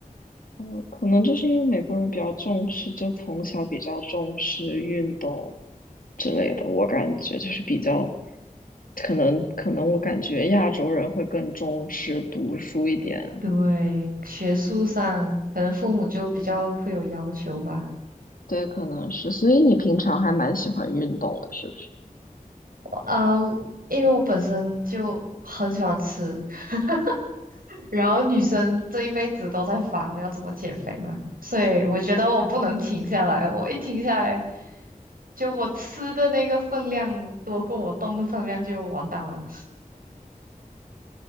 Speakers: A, on the left; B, on the right.
A: 呃，可能就是因为美国人比较重视，就从小比较重视运动之类的。我感觉就是比较，可能可能我感觉亚洲人会更重视读书一点。
B: 对，学术上可能父母就比较会有要求吧。
A: 对，可能是。所以你平常还蛮喜欢运动的，是不是？
B: 啊，因为我本身就很喜欢吃，<laughs> 然后女生这一辈子都在烦要怎么减肥嘛，所以我觉得我不能停下来，我一停下来，就我吃的那个分量多过我动的分量就完蛋了。